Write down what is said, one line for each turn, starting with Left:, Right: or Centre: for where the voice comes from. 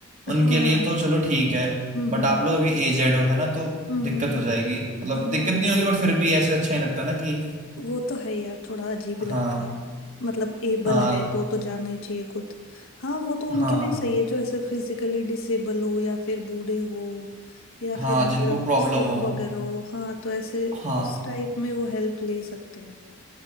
Left: हाँ
Right: उनके लिए तो चलो ठीक है
Left: हम्म
Right: बट
Left: हम्म
Right: आप लोग अभी एजेड हो है ना तो
Left: हम्म
Right: दिक्कत
Left: हम्म,
Right: हो जाएगी मतलब
Left: हाँ
Right: दिक्कत नहीं होगी बट फिर भी ऐसे अच्छा नहीं लगता ना कि
Left: वो तो है यार थोड़ा अजीब ही लगता
Right: हाँ
Left: है मतलब एबल
Right: हाँ
Left: है तो तो जाना ही चाहिए खुद हाँ वो तो उनके
Right: हाँ
Left: लिए सही है जो ऐसे फिजिकली डिसेबल हो या फिर बूढ़े हो या
Right: हाँ
Left: फिर मतलब
Right: जिनको प्रॉब्लम
Left: सिक
Right: हो
Left: वगैरह हो हाँ तो ऐसे
Right: हाँ
Left: उस टाइप में वो हेल्प ले सकते हैं